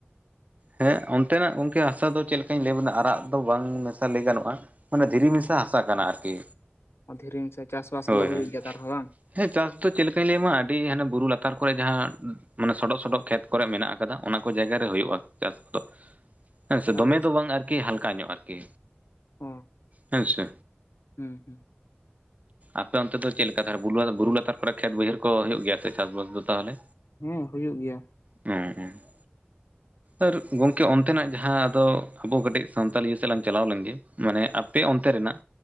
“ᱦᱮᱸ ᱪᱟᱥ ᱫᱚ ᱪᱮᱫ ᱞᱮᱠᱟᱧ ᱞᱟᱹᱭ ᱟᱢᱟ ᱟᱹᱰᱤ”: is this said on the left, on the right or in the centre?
Right